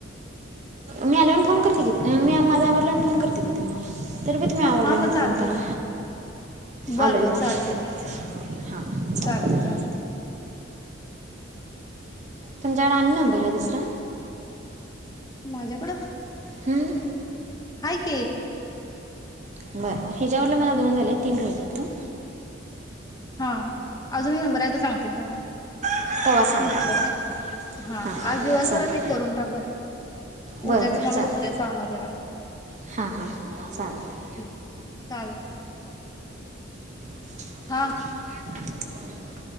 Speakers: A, on the right; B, on the left.
A: मी आल्यावर फोन करते की, मी माझ आवरल्यावर फोन करते की तुम्हाला. तर बी तुम्ही आवडल्यावर
B: हा मग चालतय
A: फोन करा
B: बरं
A: आलो आहे
B: बरं
A: म्हणून
B: चालतय की
A: हां चालेल
B: चालतय चालतय
A: तुमच्याकडे आनी नंबर आहे दुसरा?
B: माझ्याकडं?
A: हम्म.
B: हाय की एक.
A: बरं बरं ह्याच्यावरन मला दोन झाले तीन राहिलेत हॉग
B: हा. अजूनही नंबराच सांगतील तुम्हाला
A: तेव्हा सांगा
B: मिस्टरांची
A: मग
B: हा
A: हां
B: आज दिवसभरात
A: चालेल
B: हे करून टाकूया
A: बरं
B: उद्याच
A: बरं
B: मला
A: चालेल
B: दुसरे काम आहे जरा.
A: हां हां चालतं
B: ठीके चालत.
A: हा.
B: हा
A: <unintelligible>